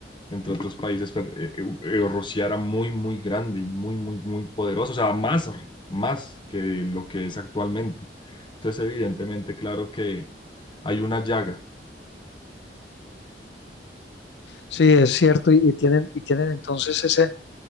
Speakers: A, on the left; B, on the left.
A: entre otros países, pero, eh, eh, Rusia era muy, muy grande y muy, muy, muy poderoso, o sea, más, más que lo que es actualmente. Entonces, evidentemente, claro que hay una llaga.
B: sí, es cierto, y, y tienen, y tienen entonces ese